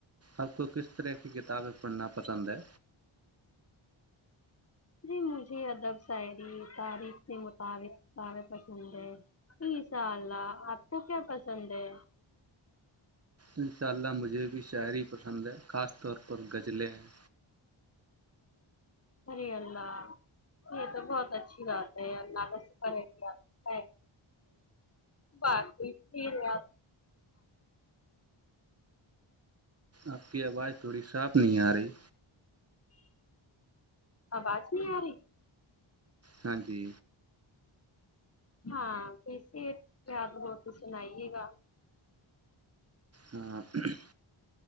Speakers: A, on the right; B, on the left.
A: آب کو کس طرح کی کتابیں پڑھنا پسند ہے
B: جی مجھے ادب شاعری تاریخ کے مطابق کتابیں پسند ہے جی انشاء اللہ آپ کو کیا پسند ہے
A: اناء اللہجھے مجھے بھی شاعری پسند ہے خاص طور پر غزلیں ہیں
B: ار اللہ یہ تو بہت اچھی بات ہے اللہ کا سکر کیا باقی پھر آ
A: آپ کی آواز تھوڑی صاف نہیں آ رہی
B: آواز نہیں اری
A: ہاں جی
B: ہاں کیے یاد ہو تو سنائیے گا
A: ہاں <unintelligible>